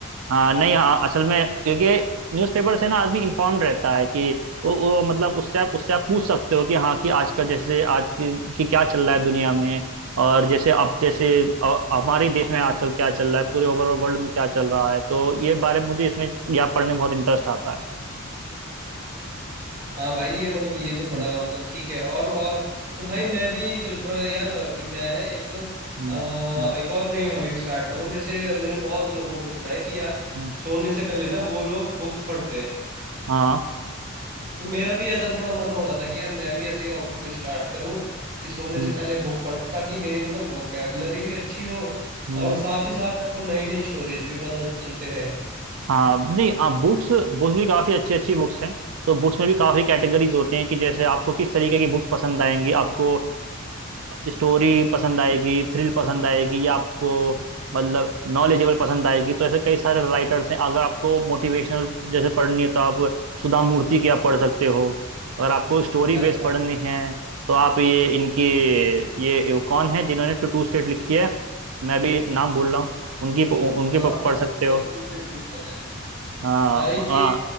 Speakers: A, on the right (about 75°); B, on the right (about 40°).
A: हाँ नहीं हाँ असल में क्योंकि न्यूज़पेपर से ना आदमी इन्फॉर्म्ड रहता है कि वो, वो मतलब उससे आप उससे आप पूछ सकते हो कि हाँ कि आजकल जैसे आज की, की क्या चल रहा है दुनिया में और जैसे अब जैसे अ- हमारे देश में आजकल क्या चल रहा है पूरे ओवरऑल वर्ल्ड में क्या चल रहा है तो ये बारे में मुझे इसमें या पढ़ने में बहुत इंटरेस्ट आता है
B: हाँ भाई ये मतलब ये तो बड़ा
A: हम्म,
B: मतलब ठीक है और और तो भाई
A: हाँ
B: मैं भी यही सोच रहा हूँ यार कि मैं एक
A: हम्म,
B: अ,
A: हम्म,
B: एक और नई हॉबी स्टार्ट करूँ जैसे मैंने बहुत लोगों को सुना है कि यार
A: हम्म,
B: सोने से पहले ना वो लोग बुक्स पढ़ते हैं
A: हाँ
B: तो मेरा भी ऐसा थोड़ा मन हो रहा था कि
A: हम्म,
B: यार मैं भी ऐसे ही हॉबी को स्टार्ट करूँ कि सोने
A: हम्म,
B: से पहले बुक पढूं ताकि मेरी मतलब वोकेबलरी भी अच्छी हो
A: हम्म,
B: और साथ ही साथ मेरे को नई नई स्टोरीज भी पता चलते रहे
A: हाँ नहीं आप बुक्स बुक्स भी काफ़ी अच्छी अच्छी बुक्स हैं तो बुक्स में भी काफ़ी कैटेगरीज होते हैं कि जैसे आपको किस तरीके की बुक्स पसंद आएंगी आपको स्टोरी पसंद आएगी थ्रिल पसंद आएगी या आपको मतलब नॉलेजेबल पसंद आएगी तो ऐसे कई सारे राइटर्स हैं अगर आपको मोटिवेशनल जैसे पढ़नी है तो आप सुधा मूर्ति की आप पढ़ सकते हो अगर आपको स्टोरी
B: अच्छा
A: बेस्ड पढ़नी है तो आप ये इनकी ये ये कौन है जिन्होंने टू टू स्टेट लिखी है मैं भी नाम भूल रहा हूँ उनकी उनके
B: हाँ
A: प- पढ़
B: हाँ
A: सकते हो
B: बिल्कुल बिल्कुल बिल्कुल है
A: हाँ
B: हाँ एक
A: हाँ
B: एक